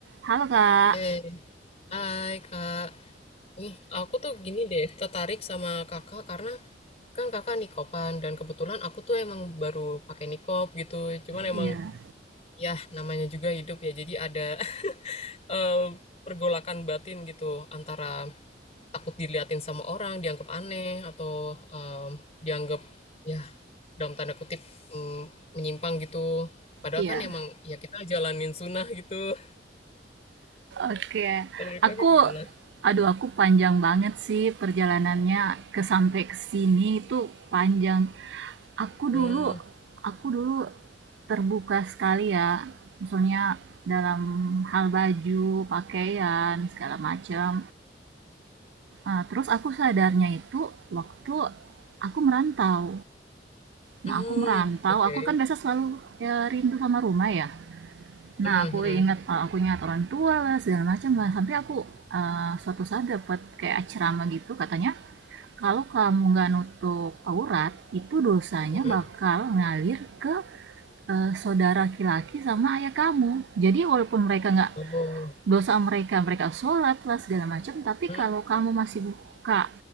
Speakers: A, on the right (about 70°); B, on the left (about 35°).
A: Halo Kak.
B: Eh, hai Kak. Nih, aku tuh gini deh, tertarik sama Kakak karena kan Kakak nikopan dan kebetulan aku tuh emang baru pakai nikop gitu. Cuman emang
A: Iya.
B: ya namanya juga hidup ya. Jadi ada <laughs> eh, pergolakan batin gitu antara takut diliatin sama orang, dianggap aneh atau em, dianggap ya dalam tanda kutip mm, menyimpang gitu. Padahal
A: Iya.
B: kan emang ya kita jalanin sunnah gitu.
A: Oke.
B: <laughs> Kalau Kakak
A: Aku,
B: gimana?
A: aduh aku panjang banget sih perjalanannya ke sampai ke sini itu panjang. Aku
B: Mmm,
A: dulu, aku dulu terbuka sekali ya. Misalnya dalam hal baju, pakaian, segala macam. Eh, terus aku sadarnya itu waktu aku merantau. Nah,
B: mmm,
A: aku merantau,
B: okay.
A: aku kan biasa selalu ya, rindu sama rumah ya. Nah,
B: Mhm mhm,
A: aku ingat, eee, aku ingat orang tua lah segala macam lah, sampai aku, eee, suatu saat dapat kayak ceramah gitu katanya, "Kalau kamu nggak nutup aurat, itu dosanya
B: mhm.
A: bakal ngalir ke, eee, saudara laki-laki sama ayah kamu. Jadi walaupun mereka nggak
B: Oh,
A: dosa mereka, mereka sholat lah, segala macam, tapi
B: mhm,
A: kalau kamu masih buka